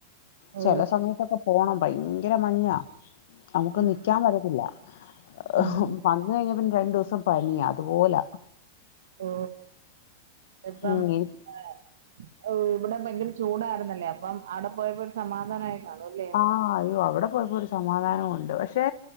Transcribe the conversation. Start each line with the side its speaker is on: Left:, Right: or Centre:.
Right: ഓ
Left: ചെല സമയത്തൊക്കെ പോണം ഭയങ്കര മഞ്ഞാ നമുക്ക്
Right: ഉം
Left: നിക്കാൻ പറ്റത്തില്ല
Right: ഉം
Left: ഒഹും വന്ന് കഴിഞ്ഞ പിന്നെ രണ്ടൂസം പനിയാ അതുപോലാ
Right: ഓ ഇപ്പം
Left: ഉം എനിക്ക്
Right: ആഹ് ഇവ് ഇബടെ ഭയങ്കര ചൂടായിരുന്നല്ലേ അപ്പം അവിടെ പോയപ്പോ ഒരു സമാധാനായി കാണുംല്ലേ
Left: ആഹ് അയ്യോ അവിടെ പോയപ്പോ ഒരു സമാധാനവൊണ്ട് പക്ഷെ